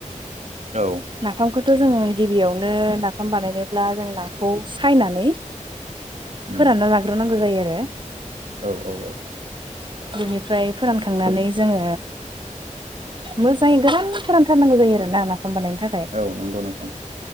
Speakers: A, on the right; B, on the right.
A: औ
B: नाफामखोथ' जों गिबियावनो ना फाम बानायनोब्ला जों नाखौ सायनानै
A: उम
B: फोरानना लाग्रोनांगौ जायो आरो <unintelligible>
A: औ औ औ
B: बिनिफ्राय फोरानखांनानै जोङो मोजाङै गोरान फोरानथारनांगौ जायो आरोना नाफाम बानायनो थाखाय
A: औ नंगौ नोंथां